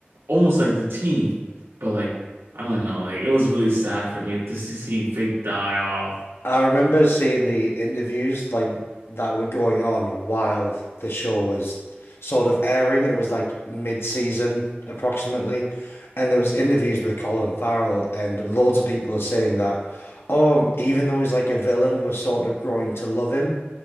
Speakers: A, on the right; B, on the left.
A: almost like the team but like I don't know like it was really sad for me to see see Vic die off
B: I remember seeing the interviews like that were going on while the show was sort of airing. It was like mid-season approximately. And there was interviews with Colin Farrell and loads of people are saying that, oh, even though he's like a villain, we're sort of growing to love him